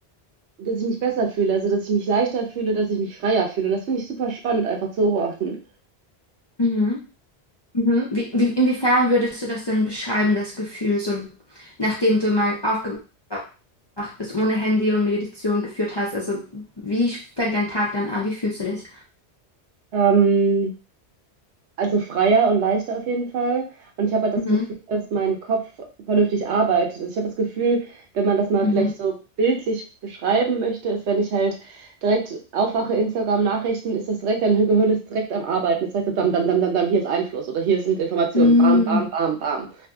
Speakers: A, on the right; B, on the left.
A: dass ich mich besser fühle, also dass ich mich leichter fühle, dass ich mich freier fühle. Das finde ich super spannend, einfach zu beobachten.
B: Mhm. Mhm. Wie, wie, inwiefern würdest du das denn beschreiben, das Gefühl, so nachdem du mal aufgewacht bist, ohne Handy und Meditation geführt hast? Also wie fängt dein Tag dann an? Wie fühlst du dich?
A: Ähm, also freier und leichter auf jeden Fall. Und ich habe halt das
B: Mhm.
A: Gefühl, dass mein Kopf vernünftig arbeitet. Also ich habe das Gefühl, wenn man das mal
B: Mhm.
A: vielleicht so bildlich beschreiben möchte, ist, wenn ich halt direkt aufwache, Instagram-Nachrichten, ist das direkt, dein Gehirn ist direkt am Arbeiten. Ist direkt so, dam, dam, dam, dam, dam, hier ist Einfluss oder hier sind Informationen.
B: Mhm.
A: Bam, bam, bam, bam.